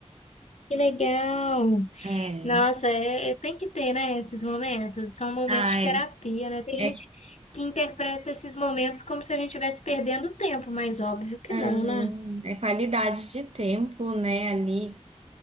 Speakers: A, on the left; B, on the right.
A: Que legal.
B: É,
A: Nossa, é, é- tem que ter, né, esses momentos. São momentos
B: ai,
A: de terapia, né? Tem
B: é,
A: gente que interpreta esses momentos como se a gente estivesse perdendo tempo, mas óbvio que
B: não,
A: não, né?
B: é qualidade de tempo, né? Ali